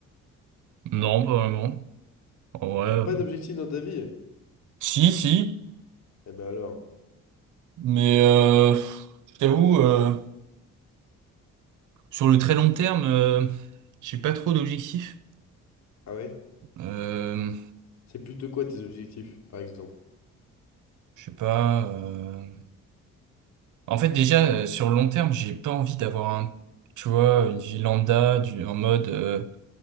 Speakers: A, on the right (about 80°); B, on the left (about 60°).
A: non, pas vraiment. En vrai,
B: T'as
A: euh,
B: pas d'objectif dans ta vie?
A: Si, si,
B: Eh ben alors,
A: mais euh, je t'avoue, euh, sur le très long terme, euh, j'ai pas trop d'objectifs.
B: ah ouais?
A: Euh,
B: C'est plutôt quoi tes objectifs, par exemple?
A: je sais pas. euh, En fait, déjà, euh, sur le long terme, j'ai pas envie d'avoir un, tu vois, une vie lambda, du, en mode, euh,